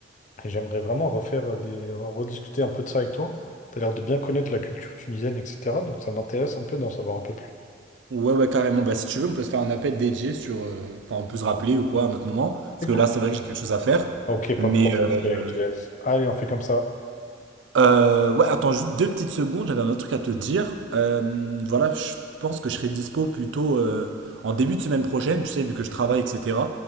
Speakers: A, on the left; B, on the right.
A: Et j'aimerais vraiment refaire euh, des, rediscuter un peu de ça avec toi. Tu as l'air de bien connaître la culture tunisienne, etc. Donc ça m'intéresse un peu d'en savoir un peu plus.
B: Ouais, ouais, carrément. Bah, si tu veux, on peut se faire un appel dédié sur. euh, Enfin, on peut se rappeler ou quoi à un autre moment. Parce
A: Écoute.
B: que là, c'est vrai que j'ai quelque chose à faire.
A: Ok, pas
B: Mais
A: de problème,
B: euh,
A: je te laisse. je te laisse. Allez, on fait comme ça.
B: euh, ouais, attends juste deux petites secondes. J'avais un autre truc à te dire. Euh, voilà, je pense que je serai dispo plutôt euh, en début de semaine prochaine. Tu sais, vu que je travaille, etc.